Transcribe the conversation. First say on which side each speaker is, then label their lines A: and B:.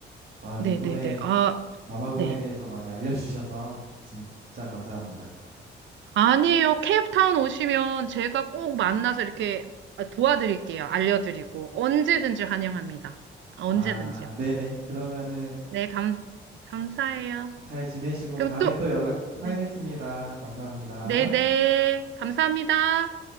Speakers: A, on the right; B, on the right.
A: 아,
B: 네,
A: 요번에
B: 네, 네. 아,
A: 남아공에
B: 네.
A: 대해서 많이 알려주셔서 진짜 감사합니다.
B: 아니에요. 케이프타운 오시면 제가 꼭 만나서 이렇게 도와드릴게요. 알려드리고 언제든지 환영합니다. 아,
A: 아,
B: 언제든지요.
A: 네네. 그러면은
B: 네, 감, 감사해요.
A: 잘 지내시고
B: 그럼
A: 다음에
B: 또,
A: 또 연락하겠습니다.
B: 네,
A: 감사합니다.
B: 네, 네. 감사합니다.